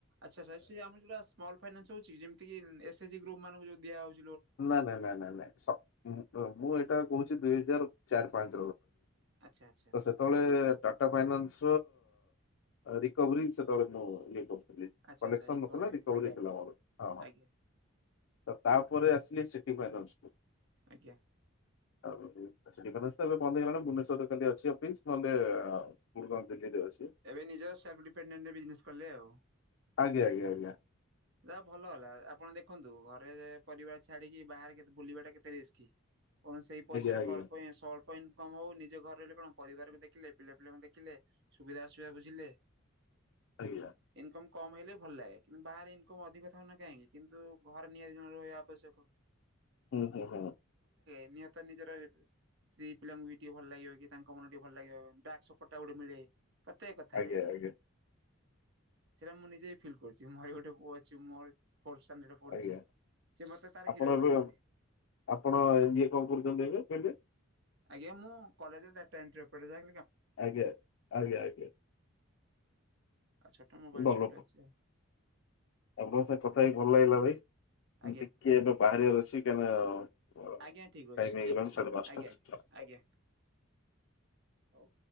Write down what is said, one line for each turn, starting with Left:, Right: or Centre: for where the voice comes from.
Right: ଆଚ୍ଛ ଆଛା ଆର ଯୋଉା ସ୍ମଲ ଫାଇନାନ୍ସଉଛିମିତି ଏସ୍ ଏଜି ଗ୍ରପ୍ାନଙ୍କୁଉ ଦିଆଉଛି
Left: ନ ନାଇଁ ନାଇଁ ନାଇଁ ନାଇଁ ମୁଁ ଏଇଟା କହୁଛି ଦୁଇ ହଜାର ଚାରି ପାଞ୍ଚ
Right: ଆଚ୍ଛା ଆଚ୍ଛା
Left: ର ସେତେବେଳେ ଟାଟା ଫାଇନାନ୍ସ ରିକଭରି ସେତେବେଳେ ମୁଁ ଇଏ
Right: ଆଚ୍ଛା
Left: କଲେକ୍ସନ
Right: ଆଚ୍ଛା
Left: ନଥିଲା ରିକଭରି
Right: ଆଜ୍ଞା ଆଜ୍ଞା
Left: ହେଲା ମୋର ହଁ ହଁ
Right: ଆଜ୍ଞା
Left: ତ ତା ଆ ସିଟି ଫାଇନ୍
Right: ଆଜ୍ଞା।
Left: ଆଉ ସେଠବେ ବନ୍ଦ ହେଇଲାଣି ଭୁବନେଶ୍ୱରରେ ଅଛି <unintelligible> ଗୁଡଗାଉଁ ଦିଲ୍ଲୀ
Right: ଏବେ ନିଜର ସେଲ୍ଫ ଡିପେଟେଣ୍ଟ ବିଜନେସ କଲେ ଆଉ।
Left: ଆଜ୍ଞା ଆଜ୍ଞା ଆଜ୍ଞା
Right: ଯାହା ଭଲ ହେଲା ଆପଣ ଦେଖନ୍ତୁ ଘରେ ପରିବାର ଛାଡିକି ବାହାରେ କେ ବୁଲିବା ଟା କେତେ ରିସ୍କ। କଣ ସେଇ ପଇସାରେ
Left: ଆଜ୍ଞା ଆଜ୍ଞା
Right: କଳ୍ପଳପ ଇନକମ୍ ହଉ ନିଜ ଘର କଣ ପରିବାରକୁ ଦେଖିଲେ ପିଲା ପିଲାଙ୍କୁ ଦେଖିଲେ ସୁବିଧା ଅସୁବିଧା ବୁଝିଲେ।
Left: ଆଜ୍ଞା।
Right: ଇନକମ୍ କମ ହେଲେ ବି ଭଲ ଲାଗେ କିନ୍ତୁ ବାହାରେ ଅଧିକ ଥାଉ ନା କାହିଁକି କିନ୍ତୁ ଘରେ ନିହାତି ରହିବା ଆବଶ୍ୟକ।
Left: ହୁଁ ହୁଁ ହୁଁ।
Right: ନିହାତ ନିଜର ସ୍ତ୍ରୀ ପିଲାଙ୍କୁ ବି ଟିକେ ଭଲ ଲାଗିବ କି ତାଙ୍କ ମନ ଟିକେ ଭଲ ଲାଗିବ ଦାଡ ସପୋର୍ଟ ଟା ଗୋଟେ ମିଳେ। ପ୍ରତେକ କଥାରେ
Left: ଆଜ୍ଞା ଆଜ୍ଞା
Right: ସେଟା ମୁଁ ନିଜେ ଫିଲ୍ କରୁଛି ମୋର ଗୋଟେ ପୁଅ ଅ ସେ ମୋ ଫୋର୍ଥ ଷ୍ଟାଣ୍ଡାର୍ଡ ରେ ପଢୁଛି।
Left: ଆଜ୍ଞା।
Right: ସେ ମତେ ତାର
Left: ଆପଣ
Right: ହିରୋ ବୋଲି
Left: ଏବେ
Right: ଭାବେ।
Left: ଆପଣ ଇଏ କଣ କରୁଛନ୍ତି ଏବେ?
Right: ଆଜ୍ଞାଁ ମୁଁ କଲେଜରେ ଡାଟାଏଣ୍ଟ୍ରି ଓପରେଟ୍ର
Left: ଆଜ୍ଞା ଆଜ୍ଞା ଆଜ୍ଞା।
Right: ଆଉ ଛଟ ମୋବାଇଲ
Left: ଭଲ
Right: ଶପ ରେ ଅଛି ଆଉ।
Left: ଆପଣଙ୍କ ସାଙ୍ଗରେ କଥା ହେଇକି ଭଲ ଲାଗିଲା ଭାଇ
Right: ଆଜ୍ଞା
Left: ମୁଁ ଟିକେ ଏବେ ବାହାରିବାର ଅଛି କାହିଁନା ହଁ
Right: ଆଜ୍ଞା ଠିକ୍ ଅଛି
Left: ଟାଇମ୍ ହେଇଗଲା
Right: ଠିକ୍ ଅଛି
Left: ସାଢ଼େପାଞ୍ଚଟା
Right: ଆଜ୍ଞା ଆଜ୍ଞା।
Left: ହଁ ହଉ।
Right: ଆଜ୍ଞା, ହଉ।